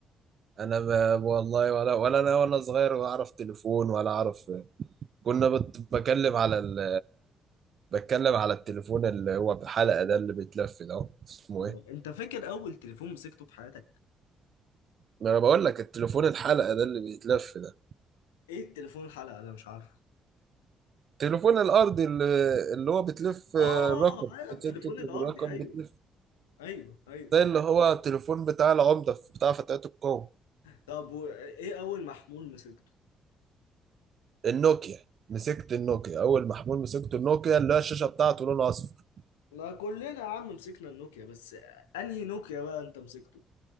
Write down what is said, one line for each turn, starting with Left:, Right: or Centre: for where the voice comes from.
Right: انا ما والله ولا ولا انا وانا صغير ولا اعرف تليفون ولا اعرف كنا بت... بكلم على ال... بتكلم على التليفون اللي هو بحلقة ده اللي بيتلف ده اسمه
Left: اه
Right: ايه
Left: انت فاكر اول تليفون مسكته في حياتك
Right: ما انا بقول لك التليفون الحلقة ده اللي بيتلف ده
Left: ايه التليفون الحلقة ده مش عارفه
Right: التليفون الارضي اللي, اللي هو بتلف الرقم
Left: اه ايوه التليفون
Right: بتطلب
Left: الارضي
Right: الرقم
Left: ايوه
Right: بتلف
Left: ايوه ايوه
Right: ده اللي هو التليفون بتاع العمدة بتاع فتيات القوة
Left: طب وايه اول محمول مسكته
Right: النوكيا مسكت النوكيا اول محمول مسكت النوكيا اللي هي الشاشة بتاعته لونها اصفر
Left: ما كلنا يا عم مسكنا النوكيا بس انهي نوكيا بقى انت مسكته